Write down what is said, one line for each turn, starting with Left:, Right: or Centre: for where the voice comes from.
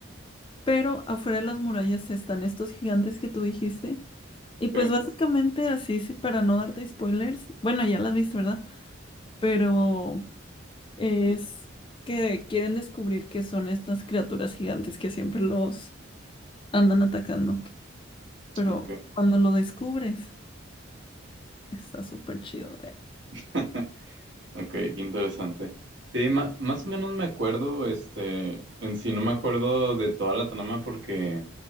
Left: pero afuera de las murallas están estos gigantes que tú dijiste. Y
Right: ¿ok?
Left: pues básicamente así, sí, para no darte spoilers, bueno, ya las viste, ¿verdad? Pero es
Right: Sí,
Left: que quieren descubrir qué son estas criaturas gigantes que siempre los andan atacando. Pero
Right: ok.
Left: cuando lo descubres, está súper chido. eh.
Right: <laughs> Ok, qué interesante. Sí, ma- más o menos me acuerdo, este, en sí no me acuerdo de toda la trama porque,